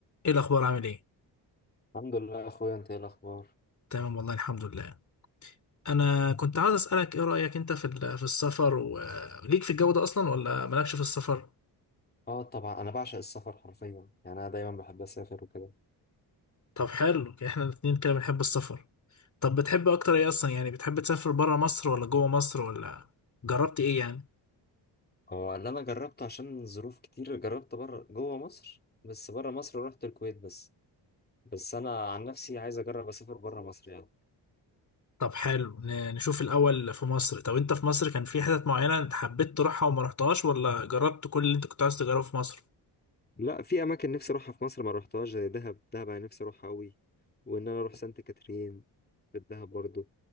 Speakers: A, on the left; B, on the left.
A: ايه الاخبار عامل ايه
B: الحمد لله يا اخويا انت ايه الاخبار
A: تمام والله الحمد لله انا كنت عاوز اسالك ايه رايك انت في ال- في السفر وليك في الجو ده اصلا ولا مالكش في السفر
B: اه طبعا انا بعشق السفر حرفيا يعني انا دايما بحب اسافر وكده
A: طب حلو يعني احنا الاتنين كده بنحب السفر طب بتحب اكتر ايه اصلا يعني بتحب تسافر برا مصر ولا جوه مصر ولا جربت ايه يعني
B: هو اللي انا جربته عشان ظروف كتير جربت بره جوه مصر بس بره مصر رحت الكويت بس بس انا عن نفسي عايز اجرب اسافر بره مصر يعني
A: طب حلو ن- نشوف الاول في مصر طب انت في مصر كان في حتت معينه انت حبيت تروحها وما رحتهاش ولا جربت كل اللي انت كنت عاوز تجربه في مصر
B: لا في اماكن نفسي اروحها في مصر ما روحتهاش زي دهب دهب انا نفسي اروحها قوي وان انا اروح سانت كاترين في الدهب برضو